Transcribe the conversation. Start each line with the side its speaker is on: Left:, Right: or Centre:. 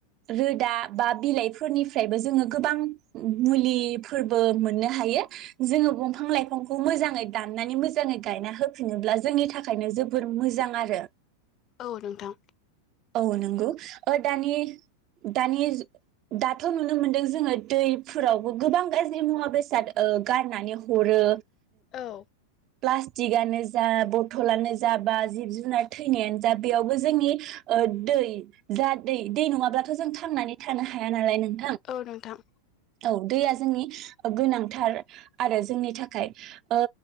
Right: रोदा बा बिलाइफोरनिफ्रायबो जोङो गोबां मुलिफोरबो मोननो हायो जोङो बंफां लाइफांखौ मोजाङै दाननानै मोजाङै गायना होफिनोब्ला जोंनि थाखायनो जोबोर मोजां आरो।
Left: औ नोंथां
Right: औ नंगौ ओ दानि दानि दाथ' नुनो मोनदों जोङो दैफोरावबो गोबां गाज्रि मुवा बेसाद ओ गारनानै हरो।
Left: औ
Right: प्ला तिगानो जा बथलानो जा बा जिब जुनार थैनायानो जा बेयावबो जोंनि ओ दै जा दै दै नङाब्लाथ' जों थांनानै थानो हाया नालाय नों
Left: औ नोंथां
Right: औ दैया जोंनि गोनांथार आरो जोंनि थाखाय ओ